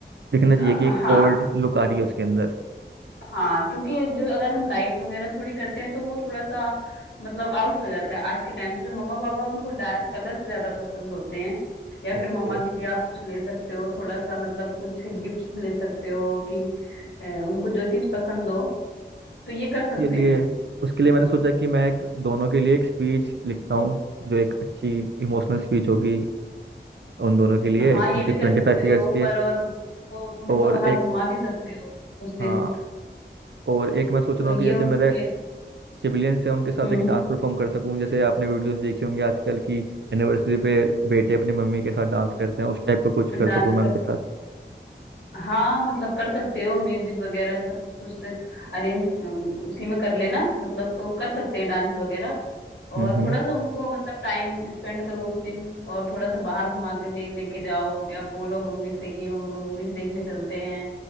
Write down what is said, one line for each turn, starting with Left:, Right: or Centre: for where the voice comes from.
Right: दिखना
Left: अ,
Right: चाहिए कि एक
Left: हाँ
Right: ओल्ड लुक आ रही है उसके अंदर
Left: हाँ क्योंकि जो अगर हम लाइट वगैरह थोड़ी करते हैं तो वो थोड़ा सा मतलब आउट हो जाता है आज के टाइम से जो मम्मा पापा उनको डार्क कलर्स ज्यादा पसंद होते हैं या फिर
Right: ओके
Left: मम्मा के लिए आप कुछ ले सकते हो थोड़ा सा मतलब कुछ गिफ्ट्स ले सकते हो कि अ, उनको जो चीज पसंद हो तो ये कर सकते
Right: के लिए
Left: हैं
Right: उसके लिए मैंने सोचा कि मैं एक दोनों के लिए एक स्पीच लिखता हूँ जो एक अच्छी इमोशनल स्पीच होगी उन दोनों के लिए
Left: हाँ
Right: उनके
Left: ये भी
Right: ट्वेंटी
Left: कर सकते
Right: फाइव
Left: हो
Right: ईयर्स के
Left: पर और वो उनको
Right: और
Left: बाहर
Right: एक
Left: घुमा भी सकते हो उस दिन
Right: हाँ और एक मैं सोच रहा
Left: तो ये
Right: हूँ कि जैसे
Left: उनके
Right: मेरे
Left: लिए
Right: सिबिलियंस हैं उनके साथ
Left: हम्म
Right: एक डांस परफॉर्म कर सकूँ जैसे आपने वीडियोस देखे होंगे आजकल की एनिवर्सरी पे बेटे अपनी मम्मी के साथ डांस करते हैं उस टाइप का कुछ कर
Left: डांस
Right: सकूँ मैं उनके साथ
Left: हाँ मतलब कर सकते हो म्यूजिक वगैरह सब कुछ अरेंज उसी में कर लेना मतलब तो कर सकते हैं डांस वगैरह और
Right: हम्म हम्म
Left: थोड़ा सा उनको मतलब टाइम स्पेंड करो उस दिन और थोड़ा सा बाहर घुमा के ले- लेके जाओ या बोलो मम्मी से कि मम्मा मूवीज देखने चलते हैं